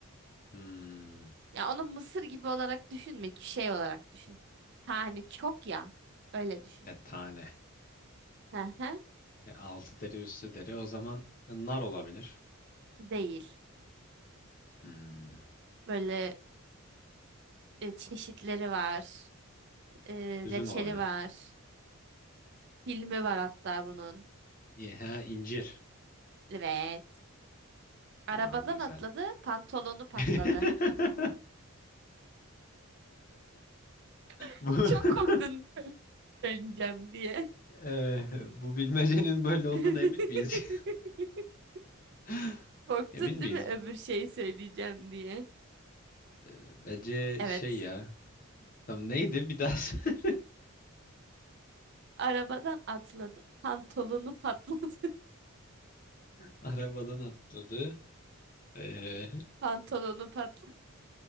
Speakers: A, on the left; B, on the right.
A: Hmm.
B: Ya onu mısır gibi olarak düşünme, şey olarak düşün. Ha, Hani çok ya. Öyle düşün.
A: E tane.
B: Hı hı.
A: E, altı deri üstü deri. O zaman e, nar olabilir.
B: Değil.
A: Hmm.
B: Böyle e, çeşitleri var. E,
A: Üzüm
B: reçeli
A: olabilir.
B: var. Filmi var hatta bunun.
A: İyi, he, incir.
B: Evet. Arabadan
A: Tamam güzel.
B: atladı, pantolonu patladı.
A: <laughs>
B: <laughs>
A: Bu,
B: Çok
A: <laughs>
B: korktun değil mi? Söyleyeceğim diye.
A: Eee, bu bilmecenin böyle olduğuna
B: <laughs>
A: emin miyiz? <laughs>
B: Korktun
A: Emin miyiz?
B: değil mi? Öbür şeyi söyleyeceğim diye.
A: Eee, bence
B: Evet.
A: şey ya. Tam neydi bir daha? <laughs>
B: Arabadan atladı, pantolonu patladı. <laughs>
A: Arabadan atladı. E,
B: Pantolonu patladı.